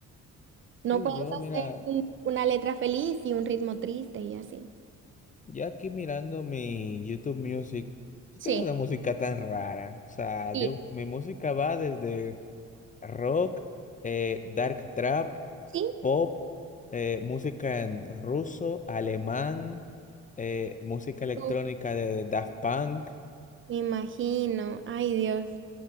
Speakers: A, on the right; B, on the left.
A: No
B: Sí,
A: puedes
B: yo, mira.
A: hacer un- una letra feliz y un ritmo triste y así.
B: yo aquí mirando mi YouTube Music, yo
A: Sí,
B: tengo una música tan rara. O sea,
A: y
B: yo, mi música va desde rock, eh, dark trap,
A: sí,
B: pop, eh, música en ruso, alemán, eh, música electrónica
A: Uf,
B: de Daft Punk.
A: me imagino, ay Dios.